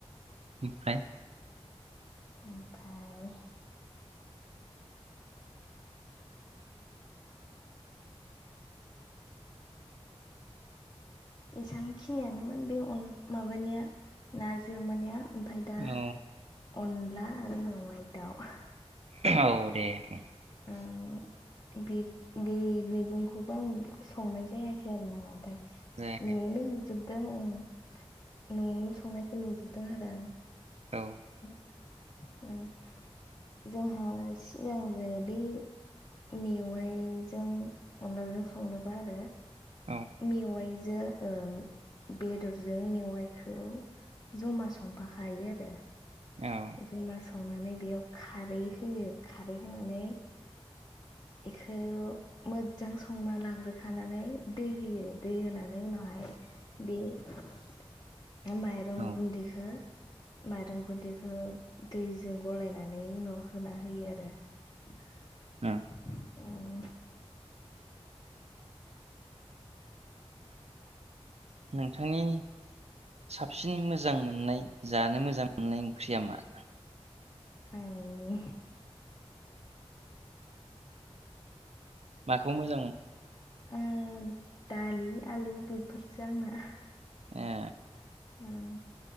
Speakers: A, on the right; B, on the left.
A: ओमफ्राय?
B: ओमफ्राय एसां खिनियानोमोन बे उम माबानिया नारजि अमानिया। ओमफ्राय दा
A: औ
B: अनला आरो मेवाइ दाउ।
A: औ दे। <inaudible>
B: उम बे बे बे मैगंखौबो आं संनाय जायाखै आरो ना ओमफ्राय।
A: जायाखै
B: ओ <unintelligible> दों उम नयावनो संनायखौ नुजोबदों आरो आं।
A: औ।
B: उम। जोंहा सिगांग्रो बि मेवाइजों अनलाजों संनोबा आरो
A: औ
B: मेवाइ जो ओं बेदरजों मेवाइखौ जमा संफाखायो आरो
A: औ
B: जों <unintelligible> संनानै बेयाव खारै होयो खारै होनानै बेखौ मोजां संना लाग्रोखानानै दै होयो दै होनानै उनावहाय बे ओमफ्राय माइरं
A: औ
B: गुन्दैखौ माइरं गुन्दैखौ दैजों गलायनानै उनाव होना होयो आरो। <inaudible>
A: उम।
B: उम।
A: नोंथांनि साबसिन मोजां मोननाय जानो मोजां मोननाय ओंख्रिया मा?
B: आंनि
A: माखौ मोजां
B: ओ दालि आलु बेफोरसो आंना।
A: ए।
B: उम।